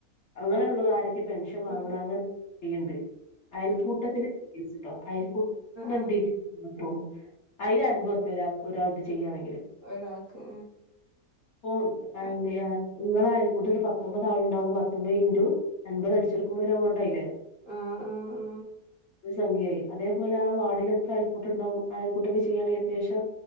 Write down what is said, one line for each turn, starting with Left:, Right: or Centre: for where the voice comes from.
Left: അങ്ങനെള്ളാേലാരൊക്കെ പെൻഷൻ വാങ്ങ്ണ
Right: ആ ആ
Left: അങ്ങനെ ചെയ്യ്ണ്ട് അയൽക്കൂട്ടത്തിന്റെ
Right: ആ
Left: റ്റെയിൽസ്ട്ടോ അയൽക്കൂത്തിനെന്തെ
Right: ആ ആ
Left: ട്ടോ അയ്ന് അൻബൊർപ്യാ ഒരാൾ ഒരാൾത് ചെയ്യണെങ്കില്
Right: ഒരാൾക്ക്
Left: പ്പോം അയെന്തെയ്യാ
Right: ആ
Left: ഇങ്ങള അയൽക്കൂട്ടത്ത്‌ല് പത്തൊമ്പതാൾണ്ടാവും പത്തൊമ്പെ ഇന്റു അൻപത് അടിച്ചോട്ക്ക്മ്പോ ഒരു എമൗണ്ടായില്ലേ
Right: ആ ആ ആ
Left: ഒരു സംഖ്യായി അതേപോലെ ആ വാഡിലെത്ര അയൽക്കൂട്ടണ്ടാവും ആ അയൽക്കൂട്ടൊക്കെ ചെയ്യയാണെങ്കി അത്യാവശ്യം